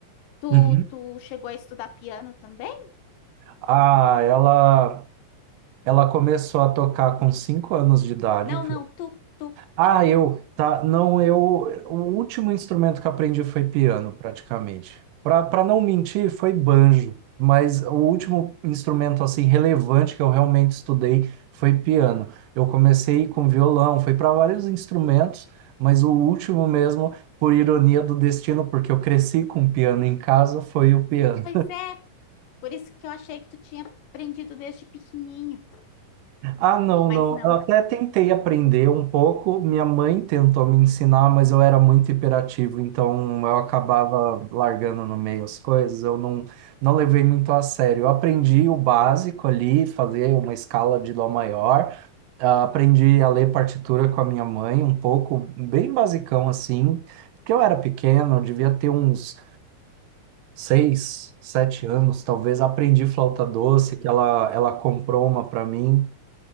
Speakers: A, on the left; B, on the right.
A: Tu,
B: Uhum.
A: tu chegou a estudar piano também?
B: Ah, ela. Ela começou a tocar com cinco anos de idade.
A: Não, não, tu, tu.
B: Ah, eu, tá, não, eu, o último instrumento que aprendi foi piano, praticamente. Para pra pra não mentir, foi banjo, mas o último instrumento, assim, relevante que eu realmente estudei foi piano. Eu comecei com violão, fui para vários instrumentos, mas o último mesmo, por ironia do destino, porque eu cresci com piano em casa, foi o piano.
A: Pois é, por isso que eu achei que tu tinha aprendido desde pequenininho,
B: Ah, não,
A: mas
B: não.
A: não.
B: Eu até tentei aprender um pouco. Minha mãe tentou me ensinar, mas eu era muito hiperativo, então eu acabava largando no meio as coisas. Eu não, não levei muito a sério. Eu aprendi o básico ali, fazer uma escala de dó maior. Ah, aprendi a ler partitura com a minha mãe, um pouco, bem basicão assim, porque eu era pequeno, eu devia ter uns seis, sete anos, talvez. Aprendi flauta doce, que ela, ela comprou uma para mim